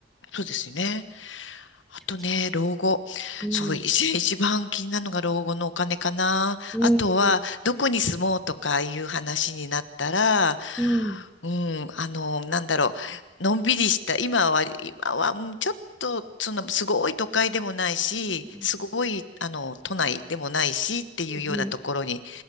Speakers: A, on the left; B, in the centre.
A: そうですね。あとね、
B: 承知。
A: 老後。
B: うん。
A: そう、一一番気になるのが老後のお金かな。
B: うん。
A: あとは、どこに住もうとかいう話になったら、
B: うん。
A: うん、あの、なんだろう、のんびりした、今は、今は、うんちょっと、その、すごい都会でもないし、
B: うん。
A: すごい、あの、都内でもないしっていうようなところに
B: うん。